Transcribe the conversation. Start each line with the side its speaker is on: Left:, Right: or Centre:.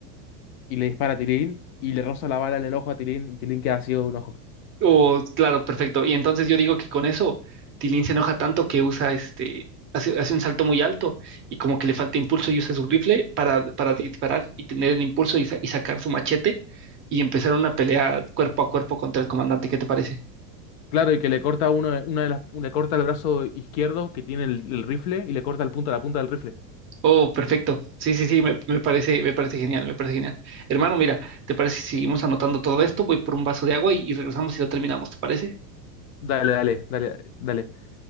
Left: y le dispara a Tilín y le roza la bala en el ojo a Tilín y Tilín queda ciego de un ojo.
Right: Oh, claro, perfecto. Y entonces yo digo que con eso Tilín se enoja tanto que usa este, hace, hace un salto muy alto y como que le falta impulso y usa su rifle para, para disparar y tener el impulso y, sa- y sacar su machete y empezar una pelea cuerpo a cuerpo contra el comandante. ¿Qué te parece?
Left: Claro, y que le corta uno, de- una de las, le corta el brazo izquierdo que tiene el, el rifle y le corta el punta, la punta del rifle.
Right: Oh, perfecto. Sí, sí, sí, me, me parece, me parece genial, me parece genial. Hermano, mira, ¿te parece si seguimos anotando todo esto? Voy por un vaso de agua y, y regresamos y lo terminamos, ¿te parece?
Left: Dale, dale, dale, dale.